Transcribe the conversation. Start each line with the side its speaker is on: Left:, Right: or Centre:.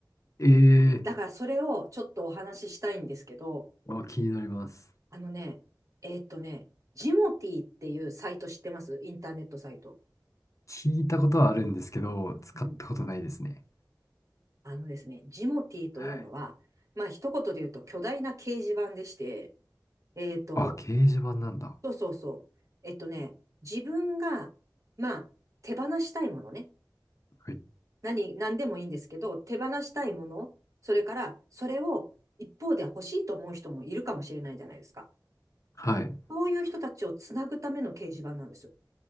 Left: ええ
Right: だからそれをちょっとお話ししたいんですけど、
Left: ー、あ、気になります。
Right: あのね、えっとね、ジモティーっていうサイト知ってますインターネットサイト。
Left: 聞いたことはあるんですけど、使ったことないですね。
Right: うんあのですね、ジモティーというのは、
Left: はい。
Right: まあ一言で言うと巨大な掲示板でして、えっと、
Left: あ、掲示板なんだ。
Right: そうそうそう。えっとね、自分が、まあ手放したいものね。
Left: はい。
Right: 何、何でもいいんですけど、手放したいもの、それからそれを一方で欲しいと思う人もいるかもしれないじゃないですか。
Left: はい。
Right: そういう人たちをつなぐための掲示板なんですよ。